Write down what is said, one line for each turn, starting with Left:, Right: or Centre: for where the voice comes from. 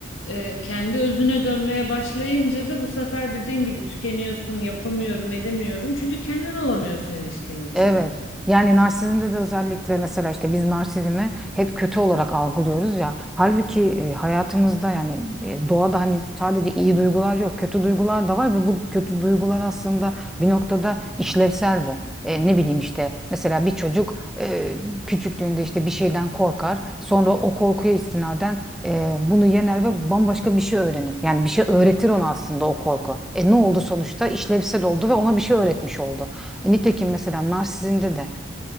Left: e, kendi özüne dönmeye başlayınca da bu sefer dediğin gibi tükeniyorsun, yapamıyorum, edemiyorum. Çünkü kendin olamıyorsun ilişkinin içinde.
Centre: Evet. Yani narsizmde de özellikle mesela işte biz narsizmi hep kötü olarak algılıyoruz ya. Halbuki e, hayatımızda yani e, doğada hani sadece iyi duygular yok, kötü duygular da var ve bu kötü duygular aslında bir noktada işlevsel de. E, ne bileyim işte mesela bir çocuk e, küçüklüğünde işte bir şeyden korkar. Sonra o korkuya istinaden e, bunu yener ve bambaşka bir şey öğrenir. Yani bir şey öğretir ona aslında o korku. E ne oldu sonuçta? İşlevsel oldu ve ona bir şey öğretmiş oldu. E, Nitekim mesela narsizmde de